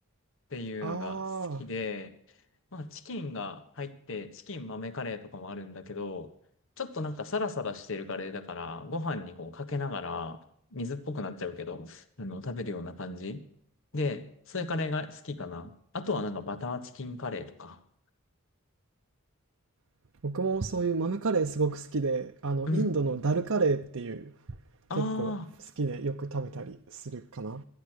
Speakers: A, on the left (about 60°); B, on the right (about 65°).
A: ていうのが好きで、
B: ああ
A: まあチキンが入って、チキン豆カレーとかもあるんだけど、ちょっとなんかサラサラしてるカレーだから、ご飯にこうかけながら、水っぽくなっちゃうけど、あの、食べるような感じ。で、そういうカレーが好きかな。あとはなんかバターチキンカレーとか。
B: ー、僕もそういう豆カレーすごく好きで、あの、
A: うん。
B: インドのダルカレーっていう、
A: あ
B: 結構好きでよく食べたりするかな。
A: あ。